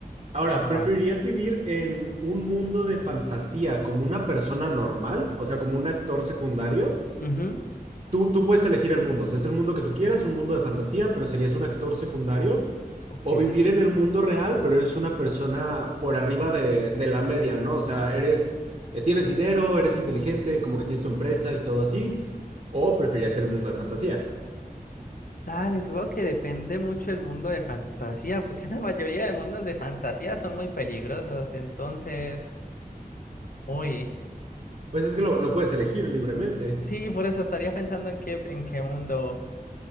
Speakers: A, on the right (about 50°); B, on the left (about 65°).
A: Ahora,
B: Fama.
A: ¿preferirías vivir en un mundo de fantasía como una persona normal? O sea, como un actor secundario.
B: Ujú,
A: Tú, tú puedes elegir el mundo, o sea, es el mundo que tú quieras, un mundo de fantasía, pero serías un actor secundario,
B: Ok.
A: o vivir en el mundo real, pero eres una persona por arriba de, de la media, ¿no? O sea, eres, eh, tienes dinero, eres inteligente, como que tienes tu empresa y todo así, o preferirías el mundo de fantasía.
B: Dale, supongo que depende mucho el mundo de fantasía, porque <laughs> la mayoría de mundos de fantasía son muy peligrosos, entonces, uy,
A: Pues es que lo, lo puedes elegir libremente.
B: sí, por eso estaría pensando en qué, en qué mundo